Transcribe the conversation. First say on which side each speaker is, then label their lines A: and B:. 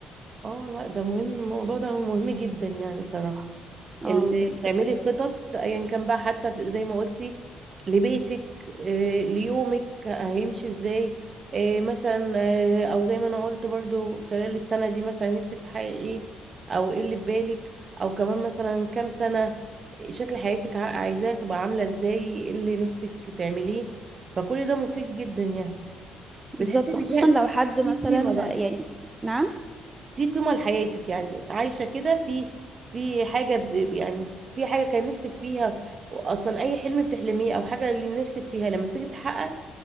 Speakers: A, on the right; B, on the right.
A: اه لا ده مهم الموضوع ده مهم جدا يعني صراحة
B: اه
A: اللي
B: جدا
A: بتعملي خطط ايا كان بقى حتى في- زي ما قلتي لبيتك آه، ليومك هيمشي ازاي آه، مثلا آه، او زي ما انا قلت برضو خلال السنة دي مثلا نفسك تحققي ايه او ايه اللي في بالك او كمان مثلا كام سنة شكل حياتك ع- عايزاها تبقى عاملة ازاي ايه اللي نفسك تعمليه فكل ده مفيد جدا يعني
B: بالظبط
A: بتحسي
B: خصوصا
A: ان فيها
B: لو حد مثلا
A: في قيمة بقى
B: يعني نعم
A: في قيمة لحياتك يعني عايشة كده في في حاجة ب- يعني في حاجة كان نفسك فيها أصلا أي حلم بتحلميه أو حاجة اللي نفسك فيها لما تيجي تحقق